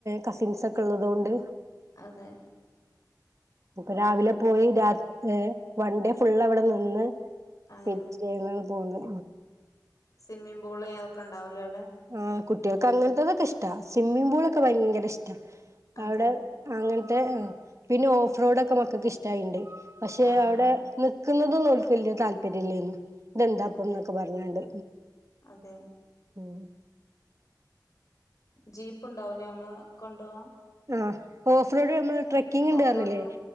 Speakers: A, on the right (about 45°); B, on the left (about 50°).
A: കസിൻസ് ഒക്കെ ഉള്ളതുകൊണ്ട്
B: അതെ
A: അപ്പൊ രാവിലെ പോയി രാ ഏ വൺ ഡേ ഫുള് അവിടെന്ന് ന്ന്ന്
B: അതെ
A: പിറ്റേന്ന് പോന്നു
B: സ്വിമ്മിംഗ് പൂള് അതൊക്കെണ്ടാവല്
A: ആഹ് കുട്ടികൾക്ക് അങ്ങനത്തെതൊക്കെ ഇഷ്ട സ്വിമ്മിഗ്പൂളൊക്കെ ഭയങ്കര ഇഷ്
B: അതെ
A: അവിടെ അങ്ങന പിന്നെ ഓഫ് റോഡൊക്കെ മക്കൾക്ക് ഇഷ്ടമായിണ്ട് പക്ഷെ
B: ആ
A: അവിടെ
B: ആ ആ
A: നിക്ക നിക്കുന്നതന്നതൊന്നും ഓൽക്ക് വല്ല്യ താല്പര്യല്ലേനി ഇതെന്താപ്പന്നൊക്കെ
B: അതെ
A: പറഞ്ഞാണ്ട്
B: അതെ
A: ഉം
B: ജീപ്പ് ഉണ്ടാവില്ലേ നമ്മളെ കൊണ്ടുപോവാൻ
A: ആ ഓഫ്റോഡ് നമ്മള് ട്രക്കിംഗ് ഉണ്ടാവൂലേ
B: ഓഫ് റോഡ് പോവാൻ